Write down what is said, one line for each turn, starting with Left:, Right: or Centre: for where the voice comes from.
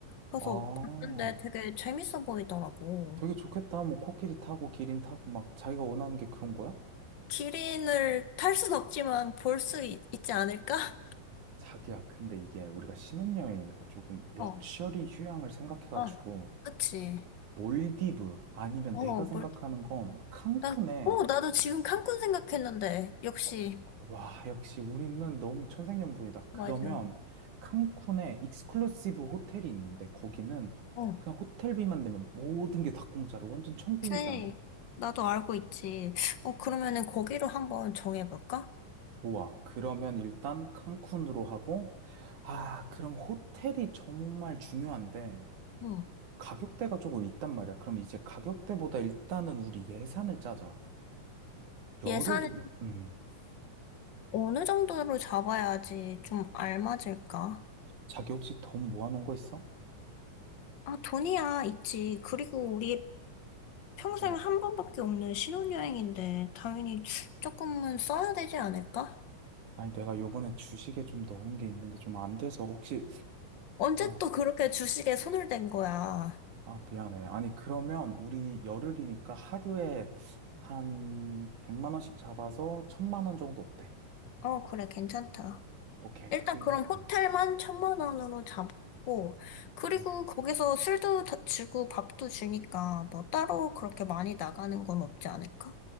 Left: 그래서
Right: 아,
Left: 봤는데 되게 재밌어 보이더라고.
Right: 되게 좋겠다. 뭐, 코끼리 타고, 기린 타고, 막, 자기가 원하는 게 그런 거야?
Left: 기린을 탈 순 없지만 볼 수 있지 않을까? <laughs>
Right: 자기야, 근데 이게 우리가 신혼여행이니까 조금 럭셔리
Left: 어,
Right: 휴양을 생각해가지고,
Left: 아, 그치.
Right: 몰디브, 아니면
Left: 어,
Right: 내가 생각하는
Left: 뭘,
Right: 건 칸쿤에
Left: 난, 어, 나도 지금 칸쿤 생각했는데. 역시,
Right: 어, 와, 역시 우리는 너무 천생연분이다. 그러면
Left: 맞아.
Right: 칸쿤에 익스클루시브 호텔이 있는데 거기는
Left: 어,
Right: 그냥 호텔비만 내면 모든 게 다 공짜로 완전 천국이지
Left: 그래.
Right: 않아?
Left: 나도 알고 있지. 어, 그러면은 거기로 한번 정해볼까?
Right: 좋아. 그러면 일단 칸쿤으로 하고 아, 그럼 호텔이 정말 중요한데
Left: 응.
Right: 가격대가 조금 있단 말이야. 그럼 이제 가격대보다 일단은 우리 예산을 짜자. 열흘이면
Left: 예산
Right: 음.
Left: 어느 정도로 잡아야지 좀 알맞을까?
Right: 자기 혹시 돈 모아놓은 거 있어?
Left: 아, 돈이야, 있지. 그리고 우리 평생
Right: 어.
Left: 한 번밖에 없는 신혼여행인데, 당연히 조금은 써야 되지 않을까?
Right: 아니, 내가 요번에 주식에 좀 넣은 게 있는데 좀 안 돼서 혹시
Left: 언제
Right: 어,
Left: 또 그렇게 주식에 손을 댄 거야?
Right: 아, 미안해. 아니, 그러면 우리 열흘이니까 하루에 한 100만 원씩 잡아서 천만 원 정도 어때?
Left: 어, 그래, 괜찮다.
Right: 오케이,
Left: 일단
Right: 그럼.
Left: 그럼 호텔만
Right: 음,
Left: 천만 원으로 잡고, 그리고
Right: 어,
Left: 거기서 술도 다 주고 밥도 주니까 뭐 따로 그렇게 많이 나가는 건 없지 않을까?